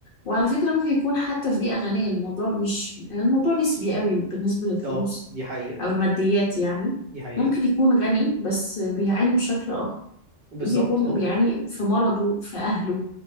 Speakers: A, on the left (about 55°); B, on the right (about 55°).
A: وعلى فكرة ممكن يكون حتى في بيئة غنية الموضوع مش الموضوع نسبي قوي بالنسبة للفلوس
B: اه دي حقيقة
A: أو الماديات يعني
B: دي حقيقة
A: ممكن يكون غني بس بيعاني بشكل آخر
B: بالظبط
A: ممكن يكون
B: اه
A: بيعاني في مرضه في أهله